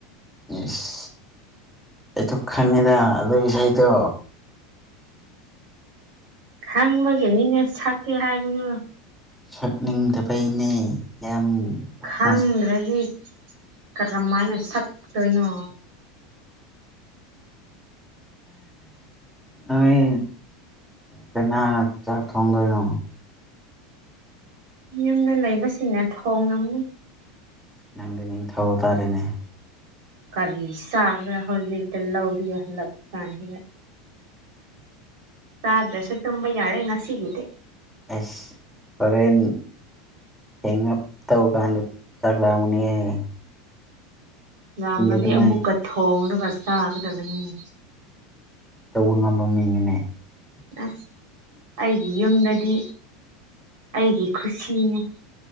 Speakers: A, in the centre; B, on the right.
A: ꯏꯁ ꯑꯩꯁꯨ ꯈꯪꯉꯦꯗ ꯑꯗꯨ ꯏꯁꯩꯗꯣ
B: ꯈꯪꯕꯒꯤꯅꯤꯅꯦ ꯁꯛꯀꯦ ꯍꯥꯏꯕꯗꯨ
A: ꯁꯛꯅꯤꯡꯗꯕꯩꯅꯦ ꯌꯥꯝ ꯐꯖꯅ
B: ꯈꯪꯗ꯭ꯔꯗꯤ
A: ꯍꯩꯁ
B: ꯀꯔꯝꯃꯥꯏꯅ ꯁꯛꯇꯣꯏꯅꯣ
A: ꯅꯣꯏ ꯀꯅꯥꯅ ꯆꯥꯛ ꯊꯣꯡꯗꯣꯏꯅꯣ
B: ꯌꯨꯝꯗ ꯂꯩꯕꯁꯤꯡꯅ ꯊꯣꯡꯂꯝꯅꯤ
A: ꯅꯪꯗꯤ ꯅꯤꯡꯊꯧ ꯇꯥꯔꯦꯅꯦ
B: ꯀꯔꯤ ꯁꯥꯕ꯭ꯔ ꯍꯧꯖꯤꯛꯇ ꯂꯧꯔꯤ ꯍꯜꯂꯛ ꯀꯥꯟꯁꯤꯗ ꯆꯥꯗ꯭ꯔꯁꯨ ꯇꯨꯝꯕ ꯌꯥꯔꯦ ꯉꯁꯤꯒꯤꯗꯤ
A: ꯑꯁ ꯍ‌ꯣꯔꯦꯟ ꯊ‌ꯦꯡꯂꯞ ꯇꯧ ꯀꯥꯟꯗ ꯆꯥꯛ ꯂꯝꯒꯅꯤꯌ‌ꯦ
B: ꯌꯥꯝꯃꯗꯤ
A: ꯑꯗꯨꯃꯥꯏꯅ
B: ꯑꯃꯨꯛꯀ ꯊꯣꯡꯂꯒ ꯆꯥꯒꯗꯕꯅꯤꯅꯦ
A: ꯇꯧꯕ ꯉꯝꯕ ꯃꯤꯅꯤꯅꯦ
B: ꯑꯁ ꯑꯩꯒꯤ ꯌꯨꯝꯗꯗꯤ ꯑꯩꯒꯤ ꯈꯨꯁꯤꯅꯤ